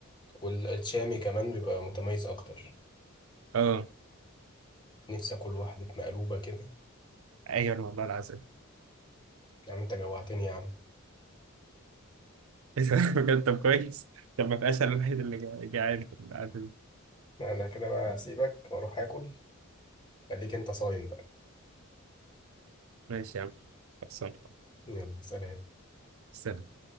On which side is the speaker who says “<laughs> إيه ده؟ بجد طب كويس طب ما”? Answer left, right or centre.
Right